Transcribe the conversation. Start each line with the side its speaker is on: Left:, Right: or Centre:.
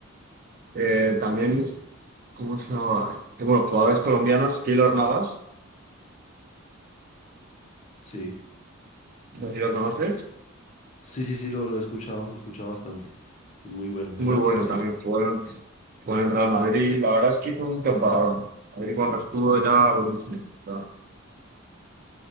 Right: eh, también. ¿Cómo se llamaba? Eh, Bueno, jugadores colombianos, Keylor Navas,
Left: sí,
Right: no sé si lo conoces,
Left: sí, sí, sí, lo, lo he escuchado, lo he escuchado bastante. Es muy bueno.
Right: muy
Left: Es arquero,
Right: bueno
Left: sí.
Right: también, jugó en, jugó en el Real Madrid, la verdad es que hizo un temporadón. Madrid cuando estuvo era buenísimo. la